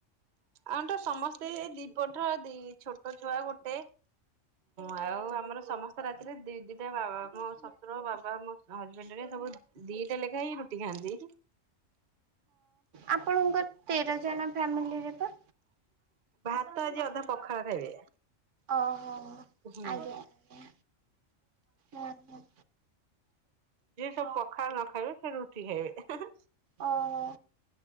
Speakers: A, on the right; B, on the right.
A: ଆମ ତ ସମସ୍ତେ ଦି ପଟ ଦି ଛୋଟ ଛୁଆ ଗୋଟେ ଆଉ ଆମର ସମସ୍ତେ ରାତିରେ ଦି ଦିଟା ବା ମୋ ଶଶୁର ବାବା ମୋ ହଜବେଣ୍ଡ ହେରି ସବୁ ଦିଟା ଲେଖାଏ ହିଁ ରୁଟି ଖାଆନ୍ତି।
B: ଆପଣଙ୍କ ତେର ଜଣ ଫ୍ୟାମିଲିରେ ଵା?
A: ତ ଆଜି ଅଧା ପଖାଳ ଖଇବେ।
B: ଓହୋ।
A: ହୁଁ। <unintelligible>
B: ଆଜ୍ଞା ଆଜ୍ଞା ହୁଁ ହୁଁ
A: ତ ପଖାଳ ନ ଖାଇବେ ସେ ରୁଟି ଖାଇବେ।
B: ଓହୋ।